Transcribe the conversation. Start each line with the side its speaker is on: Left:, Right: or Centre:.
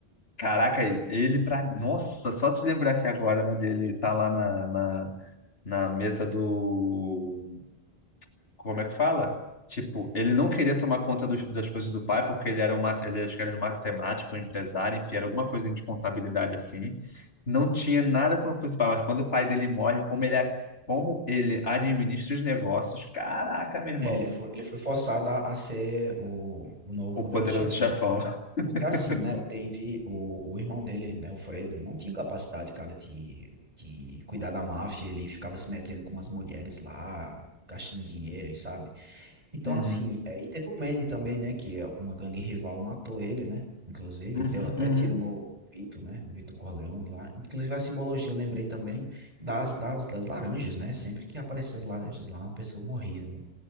Left: Caraca, ele pra. Nossa, só te lembrar aqui agora, né? De ele tá lá na, na, na mesa do. Como é que fala? Tipo, ele não queria tomar conta dos- das coisas do pai, porque ele era um, ma- ele, acho que era um matemático, um empresário, enfim, era alguma coisa de contabilidade assim. Não tinha nada com a coisa do pai, mas quando o pai dele morre, como ele, a- como ele administra os negócios, caraca, meu irmão,
Right: É, ele foi, ele foi forçado a, a ser o, o novo
Left: o
Right: poderoso
Left: poderoso
Right: chefão.
Left: chefão. <laughs>
Right: Porque assim, né? Teve o, o irmão dele, né? O Fredo, não tinha capacidade, cara, de, de cuidar da máfia. Ele ficava se metendo com umas mulheres lá, gastando dinheiro, e sabe? Então,
Left: Uhum,
Right: assim, é, e teve o Manny também, né? Que é uma gangue rival matou ele, né? Inclusive,
Left: uhum,
Right: e deu até
Left: uhum.
Right: tiro no Vito, né? No Vito Corleone lá. Inclusive, a simbologia, eu lembrei também das, das, das laranjas, né? Sempre que apareciam as laranjas lá, uma pessoa morria no,